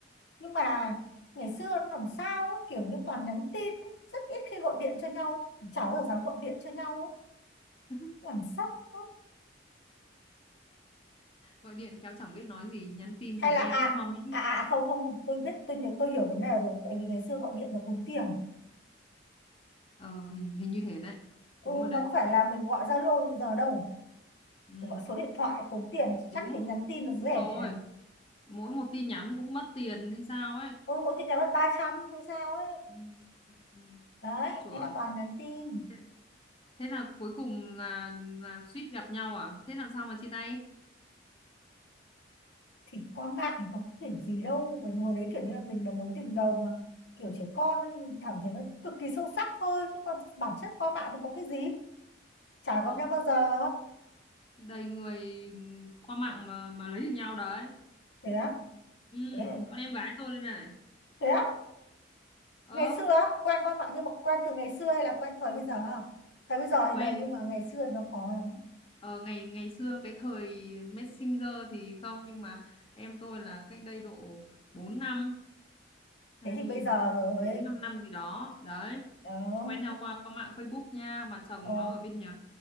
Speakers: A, on the left; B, on the left.
A: nhưng mà ngày xưa nó làm sao ấy, kiểu như toàn nhắn tin ấy, rất ít khi gọi điện cho nhau cháu giờ dám gọi điện cho nhau ấy,
B: <laughs>
A: làm sao ấy.
B: gọi điện khéo chẳng biết nói gì nhắn tin
A: hay
B: thì nghe
A: là à
B: rất hoa mỹ
A: à à à, không không không tôi biết tôi nhớ tôi hiểu vấn đề rồi tại vì ngày xưa gọi điện là tốn tiền
B: ờ hình hình như thế đấy
A: ừ,
B: đúng rồi đấy
A: nó có phải là mình gọi Zalo bây giờ đâu
B: ừ
A: Mình gọi số điện thoại tốn tiền
B: đúng
A: chắc thế nhắn tin nó rẻ
B: đúng rồi mỗi một tin nhắn cũng mất tiền hay sao ấy
A: ừ, mỗi tin nhắn mất 300 hay sao ấy
B: ừ, ừ,
A: đấy
B: chuẩn
A: thế là toàn nhắn tin
B: thế, thế là cuối cùng là là suýt gặp nhau à thế làm sao mà chia tay
A: thì qua mạng có thể gì đâu mình ngồi đấy kiểu như là mình là mối tình đầu mà kiểu trẻ con ấy, mình cảm thấy nó cực kỳ sâu sắc thôi chứ còn bản chất qua mạng thì có cái gì chả
B: ơ
A: gặp nhau bao giờ
B: đầy người qua mạng mà mà lấy được nhau đấy
A: thế á
B: ừ
A: thế,
B: con em gái tôi đây này
A: thế á
B: ờ
A: ngày xưa á, quen qua mạng nhưng mà quen từ ngày xưa hay là quen thời bây giờ không thời bây giờ thì
B: quen
A: đầy nhưng mà ngày xưa thì nó khó lắm
B: ờ ngày ngày xưa cái thời Messenger thì không nhưng mà em tôi là cách đây độ bốn năm hai
A: thế thì
B: nghìn
A: bây giờ rồi
B: bốn năm năm gì đó đấy
A: đó
B: quen nhau qua qua mạng Facebook nha mà chồng
A: ờ
B: nó ở bên Nhật